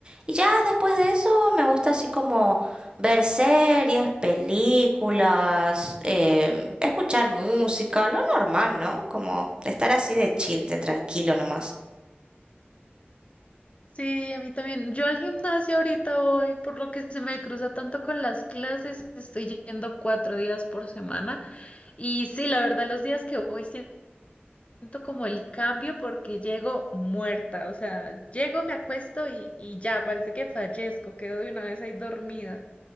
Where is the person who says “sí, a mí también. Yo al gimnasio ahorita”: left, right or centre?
Left